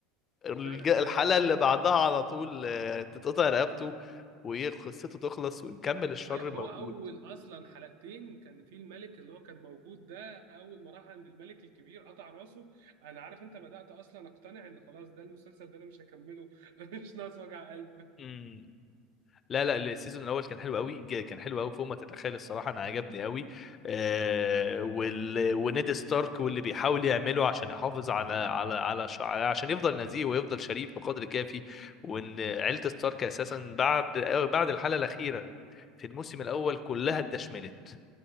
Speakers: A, on the left; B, on the right.
A: الج-
B: فعلا
A: الحلقة
B: ده كان اول
A: اللي بعدها على طول آه، تتقطع رقبته وقصته تخلص ويكمل الشر
B: أيوة، هو
A: موجود
B: اول اصلا حلقتين كان في الملك اللي هو كان موجود ده اول ما راح عند الملك الكبير قطع راسه انا عارف انت بدأت اصلا اقتنع ان خلاص ده المسلسل ده انا مش هكمله <laughs> مش ناقص وجع قلب
A: <laughs> لا لا السيزون الاول كان حلو قوي جا- كان حلو قوي فوق ما تتخيل الصراحه انا عجبني قوي آه
B: مم.
A: وال... ونيد ستارك واللي بيحاول يعمله عشان يحافظ على على على ش... عشان يفضل نزيه ويفضل شريف بقدر كافي وان عيله ستارك اساسا بعد بعد الحلقه الاخيره في الموسم
B: مم.
A: الاول كلها اتدشملت